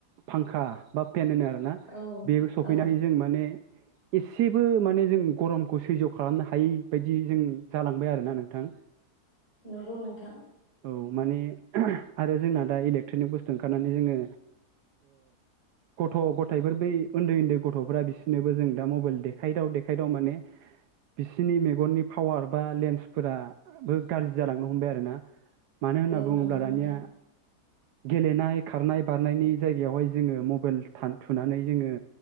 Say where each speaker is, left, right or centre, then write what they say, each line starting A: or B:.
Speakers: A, on the right; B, on the left.
A: फांखा बा पेन होनो आरोना
B: औ
A: बे सफैनानै
B: औ
A: जों माने एसेबो माने जों गरमखौ सैज' खालामनो हायै बायदि जों जालांबाय आरोना नोंथां।
B: नंगौ नोंथां
A: माने आरो जोंना दा इलेकट्रनिक बुस्थु ओंखारनानै जोङो ओ गथ' गथाइफोर बै उन्दै उन्दै गथ'फोरा बिसोरनोबो जों दा मबाइल देखायदाव देखायदाव माने बिसिनि मेगननि पावार बा लेन्सफोराबो गाज्रि जालांनो हमबाय आरो ना मानो होनना
B: औ
A: बुङोब्ला
B: नंगौ
A: दानिया
B: नोंथां
A: गेलेनाय खारनाय बारनायनि जायगायावहाय जोङो मबाइल थुनानै जोङो